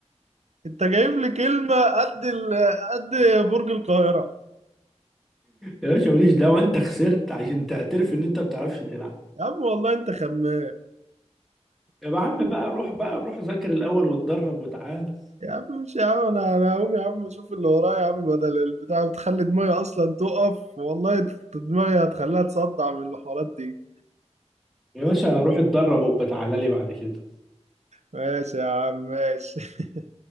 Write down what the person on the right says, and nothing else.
انت جايب لي كلمة قد ال... قد برج القاهرة
يا عم والله انت خمام
يا عم مش يا عم انا انا هقوم يا عم اشوف اللي ورايا يا عم بدل البتاع بتخلي دماغي اصلا تقف والله دماغي هتخليها تصدع من الحوارات دي
ماشي يا عم ماشي <laughs>